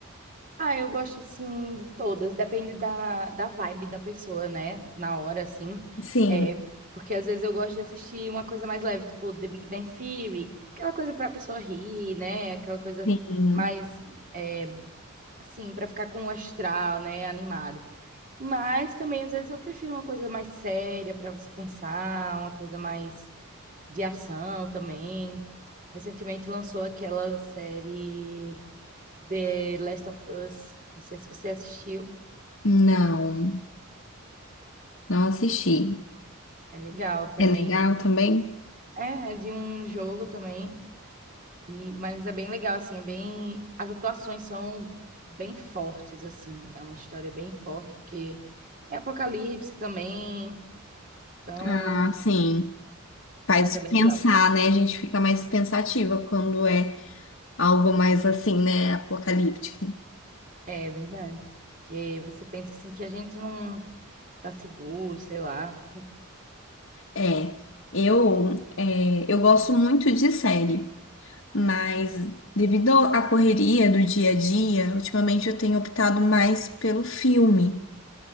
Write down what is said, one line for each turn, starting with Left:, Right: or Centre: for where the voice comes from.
Right: Ah, eu gosto assim de todas, depende da, da vibe da pessoa, né? Na hora, assim.
Left: Sim,
Right: É, porque às vezes eu gosto de assistir uma coisa mais leve, tipo The Big Bang Theory, aquela coisa pra pessoa rir, né? Aquela coisa
Left: sim.
Right: mais, é, assim, pra ficar com o astral, né? Animado. Mas também, às vezes, eu prefiro uma coisa mais séria para você pensar, uma coisa mais de ação também. Recentemente lançou aquela série The Last of Us. Não sei se você assistiu.
Left: Não, não assisti.
Right: É legal também.
Left: É legal também?
Right: É, é de um jogo também. E, mas é bem legal, assim, é bem. As atuações são bem fortes, assim. É uma história bem forte, porque é apocalipse também. Então,
Left: Ah, sim. Faz
Right: mas é
Left: pensar,
Right: bem legal.
Left: né? A gente fica mais pensativa quando é algo mais assim, né? Apocalíptico.
Right: É verdade. Porque você pensa assim que a gente não tá seguro, sei lá.
Left: É, eu, é, eu gosto muito de série, mas devido à correria do dia a dia, ultimamente eu tenho optado mais pelo filme,